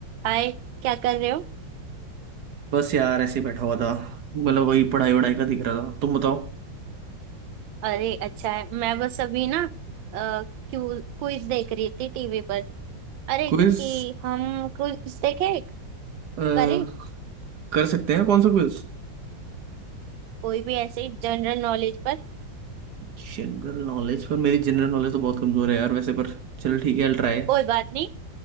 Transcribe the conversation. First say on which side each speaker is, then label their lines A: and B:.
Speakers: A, on the right; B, on the right.
A: हाय क्या कर रहे हो
B: बस यार ऐसे ही बैठा हुआ था मतलब वही पढ़ाई वढ़ाई का दिख रहा था तुम बताओ
A: अरे अच्छा है मैं बस अभी ना अ, क्यू क्विज देख रही थी टीवी पर अरे
B: क्विज
A: कि हम क्विज देखे एक
B: कर
A: करें
B: सकते हैं कौन सा क्विज
A: कोई भी ऐसे जनरल नॉलेज पर
B: जनरल नॉलेज पर मेरी जनरल नॉलेज तो बहुत कमजोर है यार वैसे पर चलो ठीक है ट्राई
A: कोई बात नहीं